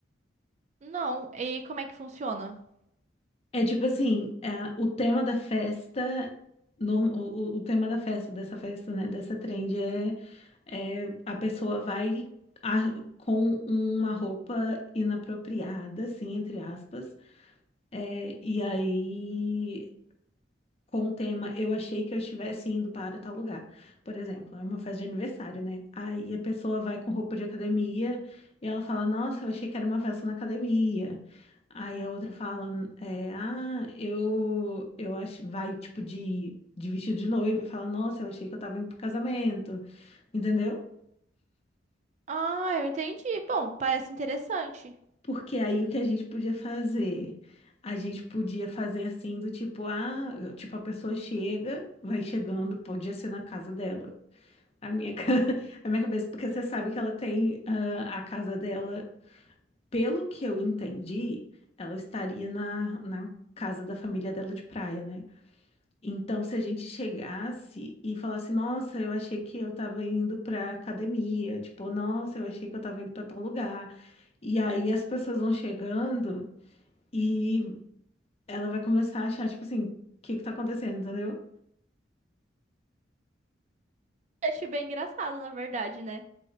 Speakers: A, on the right (about 40°); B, on the left (about 35°).
A: Não, e como é que funciona?
B: É tipo assim, é, o tema da festa, no- o, o- o tema da festa, dessa festa, né, dessa trend é, é a pessoa vai a- com uma roupa inapropriada, assim, entre aspas, é, e aí com o tema eu achei que eu estivesse indo para tal lugar. Por exemplo, é uma festa de aniversário, né? Aí a pessoa vai com roupa de academia e ela fala: Nossa, eu achei que era uma festa na academia. Aí a outra fala: é, Ah, eu, eu acho. Vai tipo de, de vestido de noiva e fala: Nossa, eu achei que eu tava indo pro casamento. Entendeu?
A: Ah, eu entendi. Bom, parece interessante.
B: Porque aí o que a gente podia fazer? A gente podia fazer assim do tipo, ah, tipo, a pessoa chega, vai chegando, podia ser na casa dela. A minha, ca- <laughs> a minha cabeça, porque você sabe que ela tem ah, a casa dela, pelo que eu entendi, ela estaria na, na casa da família dela de praia, né? Então, se a gente chegasse e falasse, nossa, eu achei que eu tava indo pra academia, tipo, nossa, eu achei que eu tava indo pra tal lugar. E aí as pessoas vão chegando e ela vai começar a achar, tipo assim, o que que tá acontecendo, entendeu?
A: Achei bem engraçado, na verdade, né?